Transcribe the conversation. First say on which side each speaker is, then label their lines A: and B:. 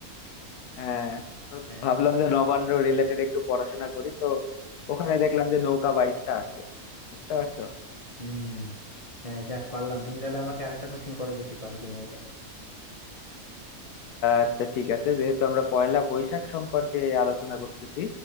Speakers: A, on the left (about 90°); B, on the left (about 35°).
A: হ্যাঁ তো
B: হ্যাঁ
A: ভাবলাম যে নবান্ন রিলেটেড একটু পড়াশোনা করি তো ওখানে দেখলাম যে নৌকা বাইচটা আছে বুঝতে পারছো
B: হুম হ্যাঁ যাক পারলাম তুমি তাহলে আমাকে আরেকটা কোশ্চেন করো দেখি পারি কিনা এবার
A: আচ্ছা ঠিক আছে যেহেতু আমরা পয়লা বৈশাখ সম্পর্কে আলোচনা করতেছি